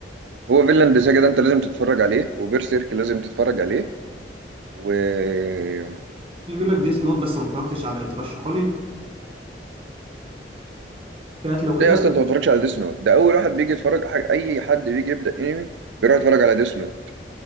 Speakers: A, on the right; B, on the right.
A: هو فيلاند ساجا ده انت لازم تتفرج عليه وبيرسيرك لازم تتفرج عليه وطبعا
B: في بيقول لك ديس نوت بس ما اتفرجتش عليه ترشحه لي كانت
A: ازاي
B: لو كده
A: اصلا انت ما تتفرجش على ديس نوت ده اول واحد بيجي يتفرج حاجة. اي حد بيجي يبدأ انمي بيروح يتفرج على ديس نوت